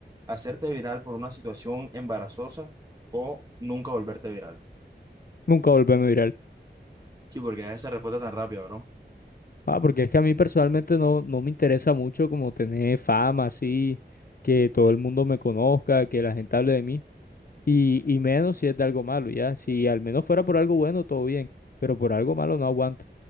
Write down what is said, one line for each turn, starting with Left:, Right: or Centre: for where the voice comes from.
Right: ¿Hacerte viral por una situación embarazosa o nunca volverte viral?
Left: nunca volvemos a ir a
Right: Sí, porque esa respuesta tan rápida, bro.
Left: Ah, porque es que a mí personalmente no, no me interesa mucho como tener fama así, que todo el mundo me conozca, que la gente hable de mí, y, y menos si es de algo malo, ya. Si al menos fuera por algo bueno, todo bien, pero por algo malo no aguanta.